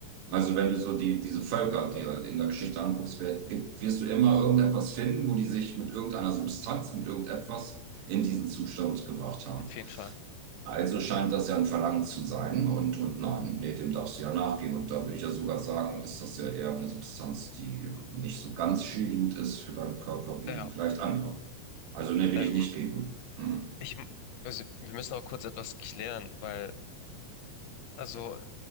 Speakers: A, on the right; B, on the left.
A: Also wenn du so die, diese Völker dir in der Geschichte anguckst, wer- gibt- wirst du immer irgendetwas finden, wo die sich mit irgendeiner Substanz, mit irgendetwas in diesen Zustand gebracht haben.
B: Auf jeden Fall.
A: Also scheint das ja ein Verlangen zu sein und, und nein, nee, dem darfst du ja nachgehen. Und da würde ich ja sogar sagen, ist das ja eher eine Substanz, die nicht so ganz schädigend ist für deinen Körper wie
B: Ja.
A: vielleicht andere. Also nee, will
B: Ähm,
A: ich nicht geben. Hm.
B: ich, m- also wir müssen auch kurz etwas klären, weil Also